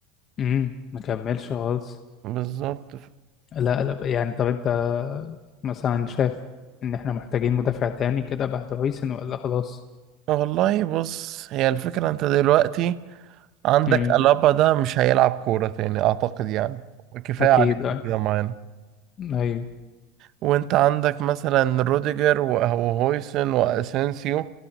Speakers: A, on the left (about 40°); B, on the right (about 50°).
A: امم ما كملش خالص
B: بالظبط
A: لا لا يعني طب انت مثلا شايف ان احنا محتاجين مدافع تاني كده بعد هويسن ولا خلاص
B: والله بص هي الفكرة انت دلوقتي عندك
A: امم
B: ألابا ده مش هيلعب كورة تاني أعتقد يعني كفاية
A: اكيد
B: عليه
A: اي
B: كده معانا
A: ايوه
B: وانت عندك مثلا روديجر وه- وهويسن وأسينسيو